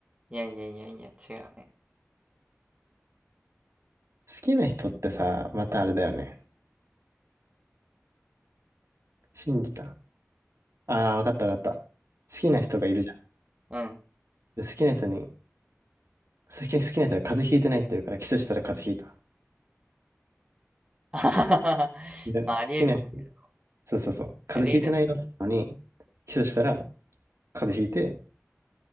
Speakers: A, on the right; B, on the right.
A: いやいやいやいや、違うね。
B: 好きな人ってさ、またあれだよね。信じた。ああ、わかったわかった。好きな人がいるじゃん。
A: うん。うん
B: で、好きな人に、好き、好きな人が風邪ひいてないって言うからキスしたら風邪
A: <laughs>
B: ひいた。で、
A: まあ、
B: 好きな人、
A: ありえるんだけど。
B: そうそうそう。風邪ひいてないよって言ったのに、
A: ありえるん、
B: キスしたら風邪ひいて、